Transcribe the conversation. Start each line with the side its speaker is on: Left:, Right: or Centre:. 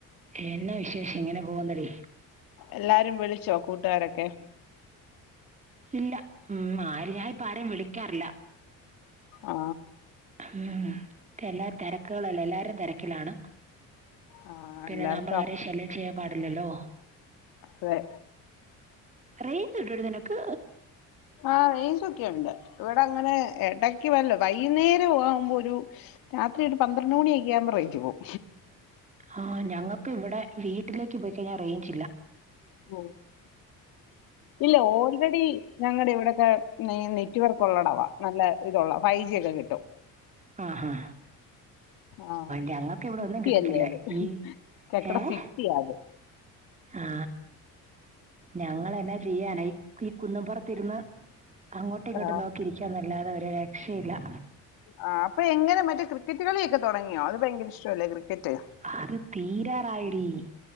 Right: എന്നെ വിശേഷം ഇങ്ങനെ പോകുന്നടി
Left: എല്ലാരും വിളിച്ചോ കൂട്ടുകാരൊക്കെ
Right: ഇല്ല ഉം ആര് ഞാൻപ്പ ആരേം വിളിക്കാറില്ല
Left: ആ
Right: ആ എല്ലാ തിരക്കുകളല്ല എല്ലാവാരും തിരക്കിലാണ്
Left: ആ
Right: പിന്നെ
Left: എല്ലാർക്കും
Right: നമ്മളാരേം ശല്യം ചെയ്യ പാടില്ലല്ലോ
Left: അതെ.
Right: റേഞ്ച് ഉണ്ടോടി നിനക്ക്
Left: ആ റേഞ്ചൊക്കെ ഒണ്ട് ഇവിടെ അങ്ങനെ എടക്ക് വല്ലോം വൈകുന്നേരവാവുമ്പോ ഒരു രാത്രി ഒരു പന്ത്രണ്ട് മണിയൊക്കെ ആകുമ്പോ റെയ് പോവും
Right: ഹാ ഞങ്ങ ക്ക്‌ ഇവിടെ വീട്ടിലേക്ക് പോയിക്കഴിഞ്ഞാൻ റേയ്ഞ്ചില്ല
Left: ഹോ ഇല്ല ഓൾറെഡി ഞങ്ങടെ ഇവിടൊക്കെ നെ നെറ്റ്‌വർക്ക് ഉള്ളടവാ നല്ല ഇതൊള്ള ഫൈവ് ജി ഒക്കെ കിട്ട
Right: ആ ആ
Left: ആ
Right: ഞങ്ങൾക്ക് ഇവിടെ
Left: സിറ്റി
Right: ഒന്നും കിട്ടത്തില്ല
Left: അല്ലേ അത്
Right: ഈ
Left: ഞങ്ങടെ
Right: ഏ
Left: സിറ്റി ആ അത്
Right: ആ ഞങ്ങൾ എന്നാ ചെയ്യാന ഈ കുന്നും പൊർത്ത് ഇര്ന്ന് അങ്ങോട്ടും ഇങ്ങട്ടും
Left: ആ.
Right: നോക്കിയിരിക്കാന്നല്ലാതെ ഒര് ര ക്ഷില്ലാ
Left: ആ അപ്പൊ എങ്ങനെ മറ്റേ ക്രിക്കറ്റ് കളിയൊക്കെ തൊടങ്ങിയോ അത് ഭയങ്കര ഇഷ്ടവല്ലേ ക്രിക്കറ്റ്
Right: അത് തീരാറായിടി